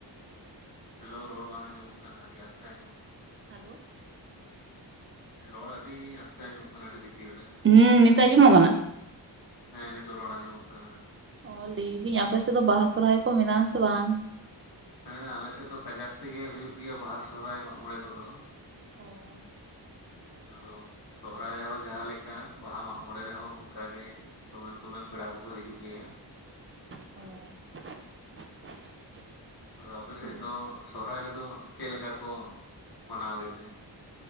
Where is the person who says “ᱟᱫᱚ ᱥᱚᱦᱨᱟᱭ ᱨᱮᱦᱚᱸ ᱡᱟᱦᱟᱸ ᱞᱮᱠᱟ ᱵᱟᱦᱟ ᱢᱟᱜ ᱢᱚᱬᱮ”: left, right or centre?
Left